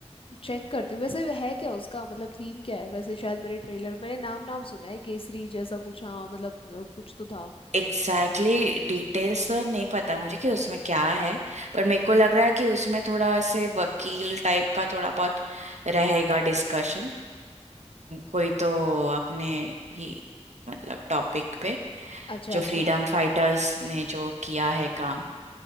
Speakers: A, on the left; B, on the right.
A: चेक करती हूँ वैसे है क्या उसका मतलब थीम क्या है वैसे शायद मैंने ट्रेलर मैंने नाम नाम सुना है केसरी जैसा कुछ हाँ मतलब अ, कुछ तो था
B: एग्जैक्टली exactly, डिटेल्स तो नहीं पता मुझे कि उसमें क्या है पर मेरे को लग रहा है कि उसमें थोड़ा ऐसे वकील टाइप का थोड़ा बहुत रहेगा डिस्कशन कोई तो अपने ही मतलब टॉपिक पे
A: अच्छा
B: जो
A: अच्छा
B: फ्रीडम फाइटर्स ने जो किया है काम